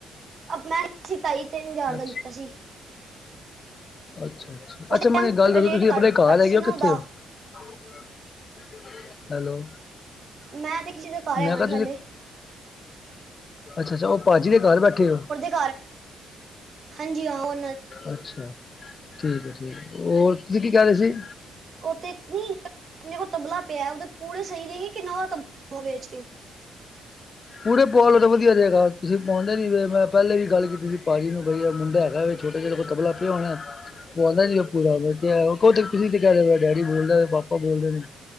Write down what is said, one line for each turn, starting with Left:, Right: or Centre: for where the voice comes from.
Right: ਮੈਂ ਸੀ ਤਈ ਤਿੰਨ ਹਜ਼ਾਰ
Left: ਅੱਛਾ
Right: ਦਾ ਲਿੱਤਾ ਸੀ।
Left: ਅੱਛਾ, ਅੱਛਾ-ਅੱਛਾ
Right: ਉਸ
Left: ਮੈਨੂੰ
Right: ਟਾਈਮ
Left: ਇੱਕ ਗੱਲ ਦੱਸੋ?
Right: ਰੇਟ
Left: ਤੁਸੀਂ ਆਪਣੇ
Right: ਘੱਟ
Left: ਘਰ
Right: ਘੱਟ
Left: ਹੈਗੇ
Right: ਸੀ
Left: ਹੋ
Right: ਨਾ
Left: ਕਿੱਥੇ
Right: ਉਹਦਾ
Left: ਹੋ? <unintelligible> ਹੈਲੋ
Right: ਮੈਂ ਤੇ ਕਿਸੇ ਦੇ ਘਰ ਹੈਗਾ
Left: ਮੈਂ ਕਿਹਾ
Right: ਜੀ ਹਾਲੇ।
Left: ਅੱਛਾ-ਅੱਛਾ ਉਹ ਭਾਅਜੀ ਦੇ ਘਰ ਬੈਠੇ ਹੋ।
Right: <unintelligible> ਹਾਂਜੀ ਹਾਂ ਉਹ
Left: ਅੱਛਾ, ਠੀਕ ਐ ਠੀਕ ਐ ਹੋਰ ਤੁਸੀਂ ਕੀ ਕਹਿ ਰਹੇ ਸੀ।
Right: ਉਹ ਤੇ ਨੀ ਕੋ ਤਬਲਾ ਪਿਆ ਉਹਦੇ ਪੂੜੇ ਸਹੀ ਨੇ ਗੀ ਕਿੰਨਾ ਉਹ ਤਬਲਾ ਵੇਚ ਕੇ।
Left: ਪੂੜੇ ਪਵਾ ਲੋ ਤਾਂ ਵਧੀਆ ਰਹੇਗਾ। ਤੁਸੀਂ ਪਵਾਂਦੇ ਨੀ। ਮੈਂ ਪਹਿਲੇ ਵੀ ਗੱਲ ਕੀਤੀ ਸੀ ਭਾਜੀ ਨੂੰ ਵਧੀਆ ਮੁੰਡਾ ਹੈਗਾ ਵੇ। ਛੋਟਾ ਜਿਹਾ ਕੋ ਤਬਲਾ ਪਿਆ ਹੋਣਾ ਆ। ਪਵਾਂਦਾ ਨੀ ਪੂਰਾ ਮੈਂ ਕਿਹਾ ਤੁਸੀਂ ਤੇ ਕਹਿ ਰਹੇਂ ਓ ਡੈਡੀ ਬੋਲਦੀ ਨੇੇ ਪਾਪਾ ਬੋਲਦੇ ਨੇ।